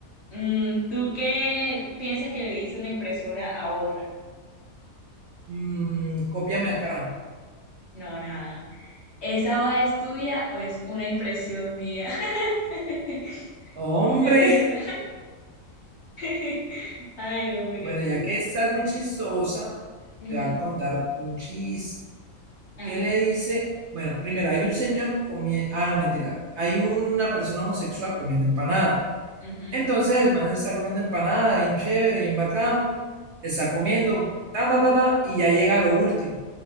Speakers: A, on the left (about 50°); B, on the right (about 60°).
A: Mm, ¿tú qué piensas que le dice una impresora a otra?
B: Mm, cópiame acá.
A: No, nada. ¿Esa hoja es tuya o es una impresión mía? <laughs>
B: Hombre,
A: Qué risa. <laughs> Ay,
B: <laughs>
A: hombre, qué
B: bueno,
A: risa.
B: ya que estás muy chistosa,
A: Ujú,
B: te voy a contar un chiste.
A: Ajá,
B: ¿Qué le dice? Bueno, primero hay un señor comiendo... Ah, no, mentira. Hay una persona homosexual comiendo empanada.
A: ujú,
B: Entonces el man está comiendo empanada, bien chévere, bien bacano. Está comiendo, ta, ta, ta, ta, y ya llega a lo último.